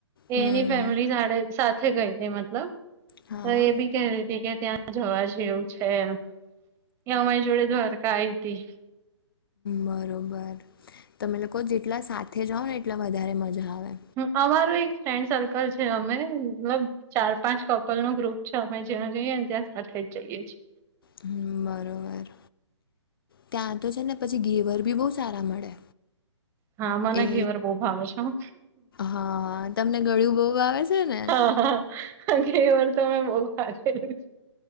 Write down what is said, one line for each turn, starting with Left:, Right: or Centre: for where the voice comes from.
Left: હમ
Right: એની ફેમિલી સાડે સાથે <unintelligible> ગઈ તી મતલબ,
Left: હા
Right: તો એ બી કહેરી તી કે ત્યાં જવા જેવું છે એમ. એ અમારી જોડે દ્વારકા આઈ તી.
Left: બરોબર. તમે લોકો જેટલા સાથે જાઓ ને એટલા વધારે મજા આવે.
Right: હમ્મ, અમારું એક ફ્રેન્ડ સર્કલ છે અમે, મતલબ ચાર પાંચ કપલ નું ગ્રુપ છે, અમે જ્યાં જઈએ ને ત્યાં સાથે જ જઈએ છી.
Left: હમ્મ બરોબર. ત્યાં તો છે ને પછી ગેવર બી બહુ સારા મળે.
Right: હા મને
Left: એ
Right: ઘેવર બહું ભાવે છે હો.
Left: હા તમને ગળ્યું બહુ આવે છે ને
Right: હા, હા, ઘેવાર તો અમે બહું ખાધેલી.